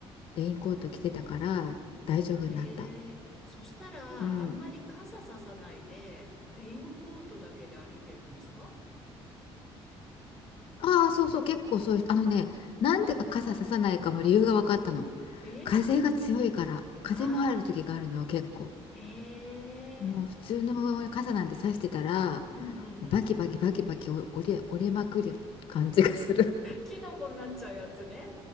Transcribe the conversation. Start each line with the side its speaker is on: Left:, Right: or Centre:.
Left: レインコート着てたから大丈夫になった。
Centre: へえ、そしたら、
Left: うん、
Centre: あんまり傘ささないで、レインコートだけで歩いてるんですか
Left: ああそうそう結構そういう人あのねなんでか傘ささないかも理由が分かったの。
Centre: え
Left: 風が強いから風もある時があるのよ結構。
Centre: ああー、へえ、
Left: もう普通の傘なんてさしてたら、
Centre: うんうんうん。
Left: もうバキバキバキバキ折折れ、折れまくる感じがする。
Centre: キノコになっちゃうやつね。